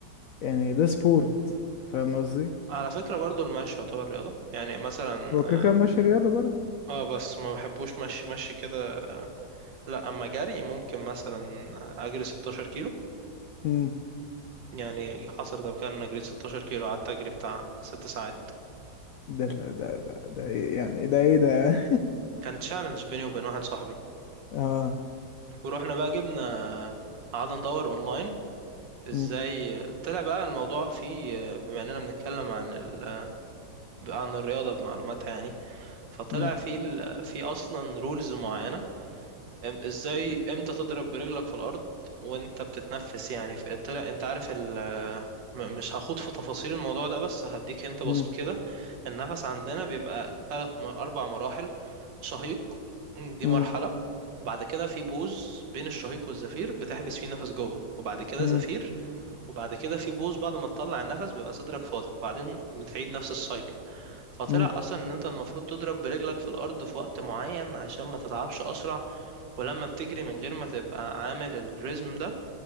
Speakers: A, on the left; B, on the right.
A: يعني ده سبورت فاهم قصدي
B: على فكرة برضو المشي يعتبر رياضة يعني مثلا
A: هو كده كده
B: اه
A: ماشي رياضة برضه
B: آه، بس ما بحبوش مشي مشي كده آه، لا اما جري ممكن مثلا اجري 16 كيلو
A: امم
B: يعني حصلت قبل كده ان انا جريت 16 كيلو قعدت اجري بتاع 6 ساعات
A: ده ال- ده ده ده إيه يعني ده ايه ده يعني؟
B: كانت تشالنج بيني وبين واحد صاحبي
A: <laughs> اه
B: ورحنا بقى جبنا آه، قعدنا ندور اونلاين ازاي
A: امم
B: طلع بقى الموضوع فيه آه، بما اننا بنتكلم عن ال... آه، عن الرياضة بمعلوماتها يعني فطلع
A: امم
B: فيه ال... فيه اصلا رولز معينة أم- ازاي امتى تضرب برجلك في الارض وانت بتتنفس يعني في طلع انت عارف ال م- مش هخوض في تفاصيل الموضوع ده بس هديك انت بسيط
A: امم
B: كده النفس عندنا بيبقى ثلاث اربع مراحل شهيق دي
A: امم
B: مرحلة وبعد كده في بوز بين الشهيق والزفير بتحبس فيه نفس جوه وبعد كده
A: امم
B: زفير وبعد كده في بوز بعد ما تطلع النفس بيبقى صدرك فاضي وبعدين بتعيد نفس السايكل فطلع
A: امم
B: اصلا ان انت المفروض تضرب برجلك في الارض في وقت معين عشان ما تتعبش اسرع ولما بتجري من غير ما تبقى عامل الريزم ده